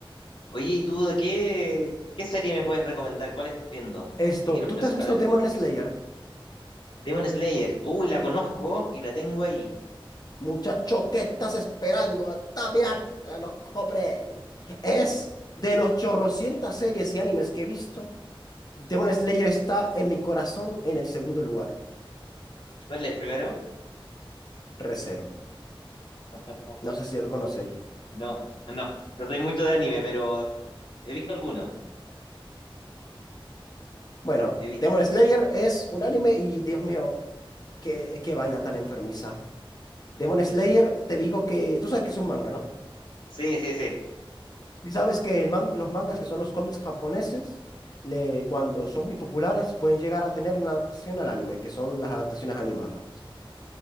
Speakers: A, on the left (about 65°); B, on the left (about 45°).
A: Oye, ¿y tú de qué, qué serie me puedes recomendar? ¿Cuál estás viendo?
B: Esto,
A: Que quiero empezar
B: ¿tú te has visto
A: a ver.
B: Demon Slayer?
A: Demon Slayer. Uy, la conozco y la tengo ahí.
B: Muchacho, ¿qué estás esperando? Hasta mirar, a los cobren. Es de los chorrocientas series y animes que he visto. Demon Slayer está en mi corazón en el segundo lugar.
A: ¿Y cuál es el primero?
B: Recero.
A: <laughs>
B: No sé si lo conocéis.
A: No, no. No soy mucho de anime, pero he visto algunos.
B: Bueno,
A: He visto...
B: Demon Slayer es un anime y Dios mío, qué, qué vaina tan enfermiza. Demon Slayer, te digo que tú sabes que es un manga, ¿no?
A: Sí, sí, sí.
B: Y sabes que el man- los mangas, que son los cómics japoneses, le, cuando son muy populares, pueden llegar a tener una adaptación al anime, que son las adaptaciones animadas.